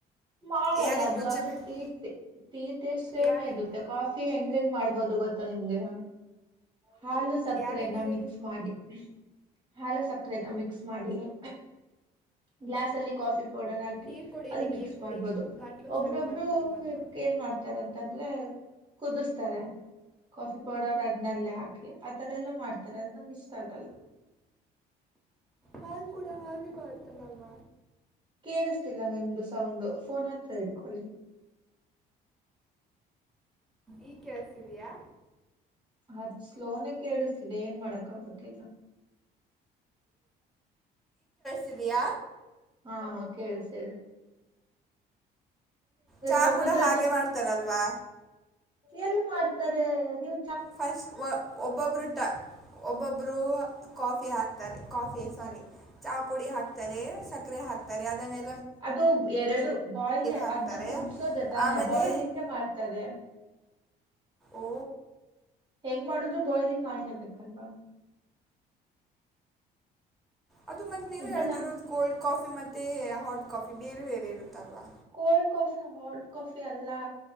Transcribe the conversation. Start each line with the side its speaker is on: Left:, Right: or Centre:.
Right: ಮಾಡಲ್ಲ
Centre: ಯಾರಿಗೆ
Right: ಅದು
Centre: ರುಚಿ
Right: ಅದು
Centre: ಬೇಕು
Right: ಟಿ ಟೀ ಟೆಸ್ಟ್ ಸೇಮ್
Centre: ಯಾರಿಗೆ
Right: ಎ ಇರುತ್ತೆ ಕಾಫಿ ಹೆಂಗೆಂಗ್ ಮಾಡ್ಬೋದು ಗೊತ್ತಾ ನಿಮ್ಗೆ ಹಾಲು ಸಕ್ಕರೆ
Centre: ಯಾರಿಗೆ
Right: ನಾ ಮಿಕ್ಸ್ ಮಾಡಿ ಹಾಲು ಸಕ್ಕರೆ ನಾ ಮಿಕ್ಸ್ ಮಾಡಿ ಆಹ್ ಗ್ಲಾಸ್ ಅಲ್ಲಿ ಕಾಫಿ ಪೊಡರ್ ಹಾಕಿ
Centre: ನೀರು ಕುಡೀರಿ
Right: ಆಲ್ ಮಿಕ್ಸ್
Centre: ನೀರು ಕುಡೀರಿ
Right: ಮಾಡ್ಬೋದು
Centre: ಗಂಟ್ಲು
Right: ಒಬ್ರೊಬ್ರು
Centre: ಸರಿ ಮಾಡ್ಕೊಳ್ಳಿ ಮೊದಲು
Right: ಎನ್ ಮಾಡ್ತಾರ ಅಂತಂದ್ರೆ ಪೋ ಕುದುಸ್ತರೆ ಕಾಫಿ ಪೌಡರ್ ಅದನೆಲ್ಲಾ ಹಾಕಿ ಅದನೆಲ್ಲಾ ಮಾಡ್ತಾರೆ ಅದು ನಂಗ್ ಇಷ್ಟ ಆಗಲ್ಲ
Centre: ಹಾಲ್ ಕೂಡ ಹಾಗೆ ಮಾಡ್ತರಲ್ವ
Right: ಕೆಳಸ್ತಿಲ್ಲ ನಿಮ್ದು ಸೌಂಡು ಪೋನ್ ಹತ್ರ ಇಟ್ಕೊಲಿ
Centre: ಈಗ್ ಕೆಳಸ್ತಿದಿಯಾ
Right: ಹಚ್ ಸ್ಲೋನ್ ಕೆಳಸ್ತಿದೆ ಏನ್ಮಾಡಿಕ್ಕಾಗುತ್ತೆ ಈಗ
Centre: ತಿದಿಯ
Right: ಹಾ ಕೆಳಸ್ತಿದೆ
Centre: ಚಾ
Right: ಸಮುದ್ರ
Centre: ಕೂಡಾ ಹಾಗೆ ಮಾಡ್ತರಲ್ವಾ
Right: ಏಳ್ಮಾಡ್ತಾರೆ ನೀವ್
Centre: ಫೈಸ್ ವ ಒಬ್ಬೊಬ್ಬರು ಟ ಒಬ್ಬೊಬ್ಬರು ಹ ಕಾಫಿ ಹಾಕ್ತಾರೆ ಕಾಫಿ ಸೋರಿ ಚಾ ಪುಡಿ ಹಾಕ್ತಾರೆ ಸಕ್ಕರೆ ಹಾಕ್ತಾರೆ ಅದನ್ನೇ
Right: ಅದು ಎರಡು ಬಾಯ್ಲೆ
Centre: ಹಾಕ್ತಾರೆ
Right: ಅದನ್ನ ಕುದಸೋದೆ ತಾನೆ
Centre: ಆಮೇಲೆ
Right: ಬಾಯ್ಲಿಂಗಗೆ ಮಾಡ್ತಾರೆ
Centre: ಓ
Right: ಹೆಂಗ್ ಮಾಡುದ್ರು ಬಾಯಲಿಂಗ್ ಮಾಡ್ಲೇಬೇಕಲ್ವಾ
Centre: ಅದು ಮತ್ ನೀವು
Right: ಇದ್ರಲ್ಲ
Centre: ಹೇಳ್ತಿರೋದು ಕೋಲ್ಡ್ ಕಾಫಿ ಮತ್ತೆ ಹಾಟ್ ಕಾಫಿ ಬೇರೆ ಬೇರೆ ಇರುತ್ತಲ್ವಾ
Right: ಕೋಲ್ಡ್ ಕಾಫಿ ಹಾಟ್ ಕಾಫಿ ಎಲ್ಲಾ